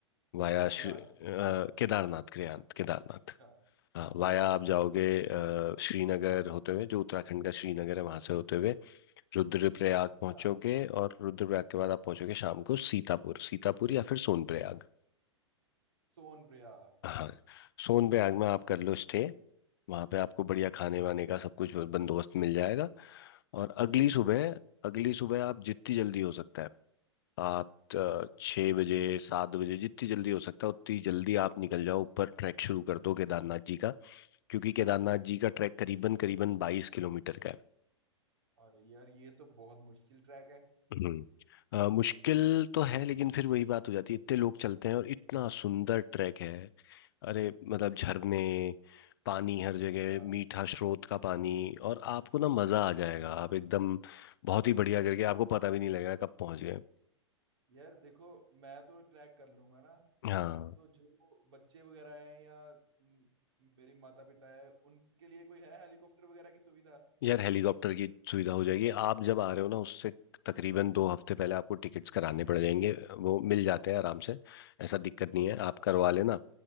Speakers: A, on the left; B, on the right.
A: वाया
B: प्रयागराज
A: श्री- अ, केदारनाथ केदारनाथ केदारनाथ
B: अच्छा
A: हाँ वाया आप
B: ठीक
A: जाओगे
B: है
A: अ, श्रीनगर होते हुए जो उत्तराखंड का श्रीनगर है वहां से होते हुए रुद्रप्रयाग
B: अच्छा
A: पहुंचोगे और रुद्रप्रयाग के बाद आप पहुंचोगे शाम को सीतापुर सीतापुर या फिर सोनप्रयाग
B: सोन प्रयाग
A: हाँ सोनप्रयाग में आप कर लो स्टे वहाँ पे आपको बढ़िया खाने वाने का सब कुछ बंदोबस्त मिल जाएगा और अगली
B: ठीक
A: सुबह
B: है
A: अगली सुबह आप जितनी जल्दी हो सकता है आप
B: अच्छा
A: अ, छः बजे सात बजे जितनी जल्दी हो सकता है उतनी जल्दी आप निकल जाओ ऊपर ट्रैक शुरू कर दो केदारनाथ जी का क्योंकि केदारनाथ जी का ट्रैक करीबन करीबन बाईस किलोमीटर का है
B: और यार ये तो बहुत मुश्किल ट्रैक है
A: हम्म अ, मुश्किल तो है लेकिन फिर वही बात हो जाती है इतने लोग चलते हैं और इतना सुंदर ट्रैक है अरे मतलब झरने पानी हर जगह
B: अच्छा
A: मीठा स्रोत का पानी और आपको ना मज़ा आ जाएगा आप एकदम बहुत ही बढ़िया करके आपको पता भी नहीं लगेगा कब पहुंच गए
B: यार देखो मैं तो ट्रैक कर लूंगा ना
A: हाँ
B: तो जो बच्चे वगैरह हैं या म, मेरे माता पिता है उनके लिए कोई है हेलीकॉप्टर वगैरह की सुविधा
A: यार हेलीकॉप्टर की सुविधा हो जाएगी आप जब आ रहे हो ना उससे तकरीबन दो हफ्ते पहले आपको टिकट्स कराने पड़ जाएंगे वो मिल जाते हैं आराम से ऐसा दिक्कत नहीं
B: अच्छा
A: है आप करवा लेना